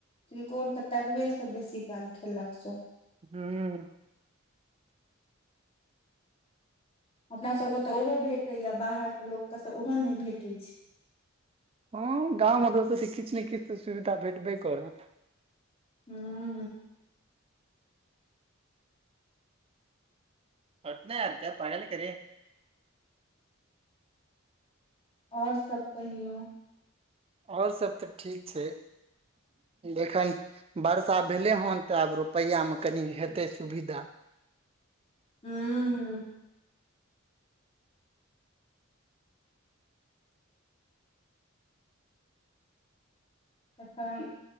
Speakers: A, on the left (about 30°); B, on the right (about 30°).
A: तिलकोर के तरूए सब बेसी काल खेलक सब
B: हुॅं
A: हमरा सबके तऽ ओहो भेटैया बाहर के लोक के तऽ ओहो नै भेटै छै
B: हँ गाँवमे <unintelligible> त किछ नै किछ तऽ सुविधा भेटबे करत
A: हुॅं
B: <inaudible> करे
A: आओर सभ कहियौ
B: आओर सभ तऽ ठीक छै एखन वर्षा भेलै हन तऽ आब रुपैआमे कनि हेतै सुविधा।
A: हू। तखन